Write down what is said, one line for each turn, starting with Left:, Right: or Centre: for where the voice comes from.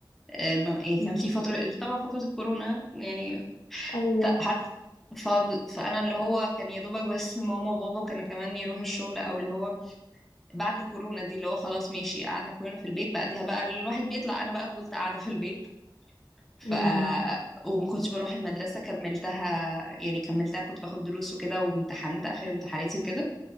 Centre: آه، ب- يعني
Left: مم.
Centre: كان في فترة طبعا فترة الكورونا يعني
Left: ايوه
Centre: فعارف ف... فانا اللي هو كان يا دوبك بس ماما وبابا كانوا كمان يروحوا الشغل او اللي هو بعد الكورونا دي اللي هو خلاص ماشي قعدنا كلنا في البيت بعديها بقى الواحد بيطلع انا بقى فضلت قاعده في البيت ف
Left: امم
Centre: وما كنتش بروح المدرسه كملتها يعني كملتها كنت باخد دروس وكده وامتحنت اخر امتحاناتي وكده